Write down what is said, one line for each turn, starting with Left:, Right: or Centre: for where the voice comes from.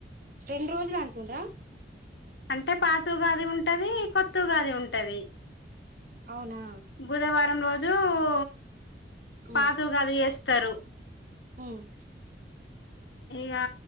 Right: రెండు రోజులు అంటుండ్రా
Left: అంటే పాతుగాది ఉంటది కొత్తుగాది ఉంటది
Right: అవునా
Left: బుధవారం రో జూ ఊ
Right: ఉమ్
Left: పాతుగాది ఎస్ తరు
Right: ఉమ్
Left: ఇగా